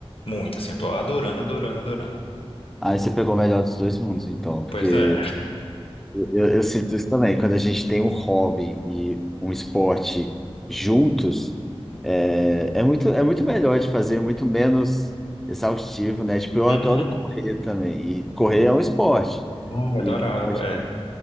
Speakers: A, on the left; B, in the centre.
A: muito, assim, eu tô adorando, adorando, adorando.
B: Aí você pegou o melhor dos dois mundos, então, porque
A: Pois é.
B: eu, eu sinto isso também. Quando a gente tem um hobby e um esporte juntos, é, é muito, é muito melhor de fazer, muito menos exaustivo, né? Tipo, eu
A: Uhum.
B: adoro correr também, e correr é um esporte.
A: Ai, adorava,
B: E, então, tipo,
A: é.